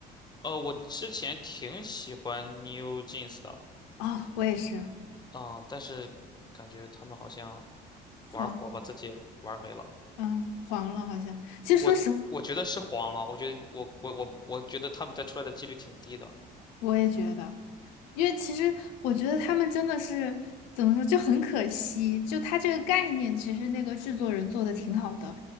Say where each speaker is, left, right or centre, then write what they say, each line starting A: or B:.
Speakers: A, on the left; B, on the left.
A: 呃，我之前挺喜欢 New Jeans 的
B: 哦，我也是
A: 啊、呃但是感觉他们好像
B: 黄，
A: 玩火把自己玩没了。
B: 嗯，黄了好像。其实说实话，
A: 我我觉得是黄了，我觉得我我我我觉得他们再出来的几率挺低的。
B: 我也觉得，因为其实我觉得他们真的是怎么说，就很可惜。就他这个概念，其实那个制作人做的挺好的，